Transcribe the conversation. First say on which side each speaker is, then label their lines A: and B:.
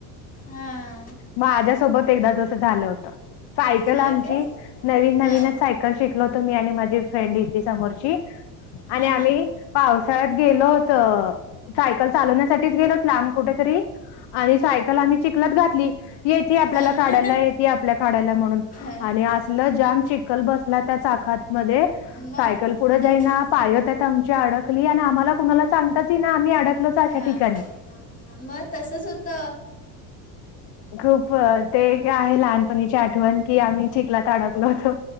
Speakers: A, on the left; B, on the left.
A: हा
B: माझ्यासोबत एकदा तसं झालं होत, सायकल
A: हां
B: आमची
A: काय
B: नवीन
A: हां
B: नवीनच सायकल शिकलो होतो, मी आणि माझी फ्रेंड हितली समोरची. आणि
A: हा,
B: आम्ही
A: हा.
B: पावसाळ्यात गेलो होतो, सायकल चालवण्यासाठीच गेलोत लांब तरी आणि साय सायकल आम्ही चिखलात घातली येते आपल्याला
A: हां
B: काढायला येते आपल्याला काढायला म्हणून
A: हां
B: आणि असं. इथल जाम चिखल बसला त्या चाकात मध्ये
A: मग
B: सायकल पुढे जाईना पायत्यात आमचे अडक अडकली आणि आम्हाला कुणाला सांगतातच येईना आम्ही अडकलोच अशा
A: हां
B: ठिकाणी.
A: मग तसच होत.
B: खूप ते काय एक आहे लहानपणीचि आठवण की आम्ही चिखलात अडकलो होतो.